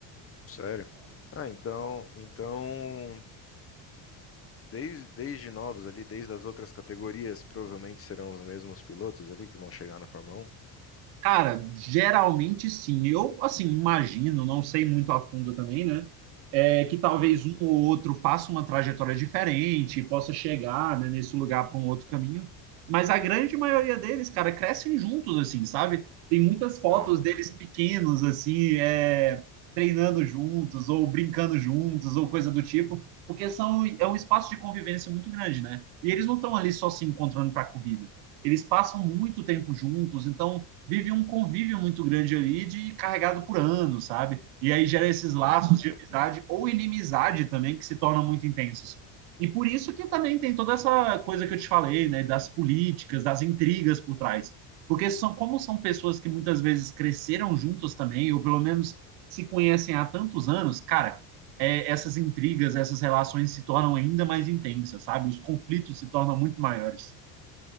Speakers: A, on the left; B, on the right.
A: Sério? Ah, então, então desde, desde novos ali, desde as outras categorias, provavelmente serão os mesmos pilotos ali que vão chegar na Fórmula Um
B: Cara, geralmente sim. Eu, assim, imagino, não sei muito a fundo também, né? É, que talvez
A: Ah,
B: um ou outro faça uma trajetória diferente, possa chegar, né, nesse lugar para um outro caminho. Mas a grande maioria deles, cara, crescem juntos, assim, sabe? Tem muitas fotos
A: Aham,
B: deles pequenos, assim, é, treinando juntos, ou brincando juntos, ou coisa do tipo, porque são, é um espaço de convivência muito grande, né? E eles não estão ali só se encontrando para a corrida. Eles passam muito tempo juntos, então vive um convívio muito grande ali de carregado por anos, sabe? E aí gera esses laços
A: uhum,
B: de amizade ou inimizade também que se tornam muito intensos. E por isso que também tem toda essa coisa que eu te falei, né, das políticas, das intrigas por trás. Porque são como são pessoas que muitas vezes cresceram juntas também, ou pelo menos se conhecem há tantos anos, cara, é, essas intrigas, essas relações se tornam ainda mais intensas, sabe? Os conflitos se tornam muito maiores.